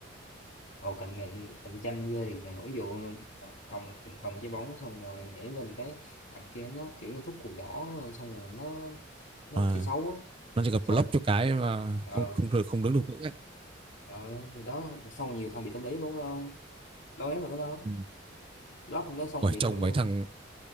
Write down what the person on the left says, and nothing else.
vào cạnh cạnh cạnh tranh ghê thì nhờ, ví dụ ờ, cầm cầm trái bóng xong rồi nhảy lên cái thằng kia nó kiểu như thúc cùi chỏ xong rồi nó nó
chơi xấu á
xong
rồi-
ờ
ờ thì đó xong rồi nhiều thằng bị tâm lý luôn không đâu ấy nữa đâu
lóc nó xong
bị
tâm lý
luôn